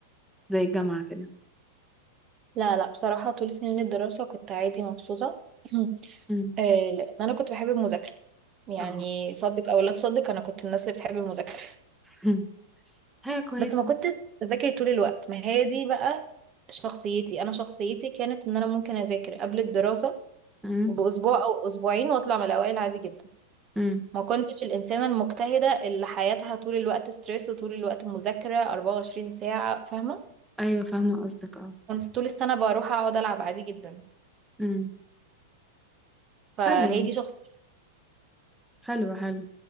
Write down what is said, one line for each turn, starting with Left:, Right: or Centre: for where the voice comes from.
Centre: زي الجامعة كده
Right: لا لا بصراحة طول سنين الدراسة كنت عادي مبسوطة <clears throat>
Centre: مم.
Right: آه، لأن أنا كنت بحب المذاكرة يعني
Centre: اه
Right: صدق أو لا تصدق أنا كنت الناس اللي بتحب المذاكرة
Centre: مم. حاجة كويسة
Right: بس ما كنتش بذاكر طول الوقت ما هي دي بقى شخصيتي أنا شخصيتي كانت إن أنا ممكن أذاكر قبل الدراسة
Centre: مم.
Right: بأسبوع أو أسبوعين وأطلع من الأوائل عادي جدا
Centre: مم.
Right: ما كنتش الإنسانة المجتهدة اللي حياتها طول الوقت ستريس وطول الوقت مذاكرة 24 ساعة فاهمة
Centre: أيوة فاهمة قصدك اه
Right: كنت طول السنة بروح أقعد ألعب عادي جدا
Centre: مم.
Right: فهي
Centre: حلو
Right: دي شخصيتي
Centre: حلو حلو